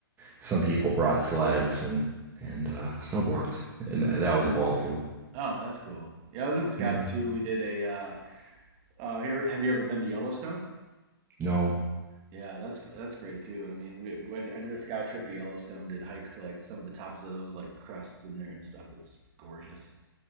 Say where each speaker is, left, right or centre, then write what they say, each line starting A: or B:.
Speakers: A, on the right; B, on the right.
A: some people brought sleds and and uh, snowboards, and th- that was a ball too.
B: Oh, that's cool. Yeah, I was in Scouts
A: Yeah.
B: too. We did a. Uh, uh, here, have you ever been to Yellowstone?
A: No,
B: Yeah, that's that's great too. I mean, we, we I did a scout trip to Yellowstone. Did hikes to like some of the tops of those like crests in there and stuff. It's gorgeous,